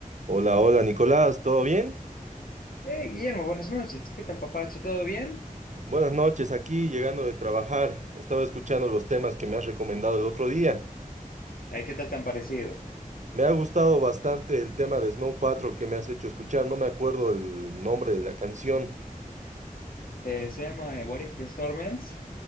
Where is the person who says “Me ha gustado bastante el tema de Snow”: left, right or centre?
Right